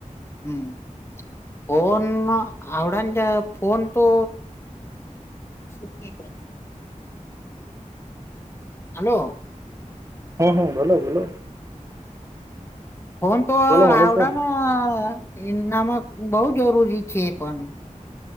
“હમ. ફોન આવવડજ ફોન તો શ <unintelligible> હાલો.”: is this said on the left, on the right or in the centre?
Left